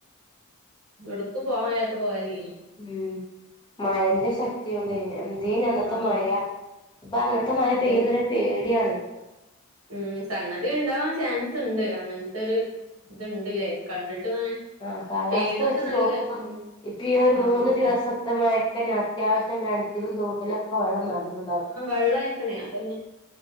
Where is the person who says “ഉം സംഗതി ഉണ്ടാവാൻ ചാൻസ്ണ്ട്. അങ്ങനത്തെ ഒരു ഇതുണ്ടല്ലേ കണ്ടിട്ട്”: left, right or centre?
Right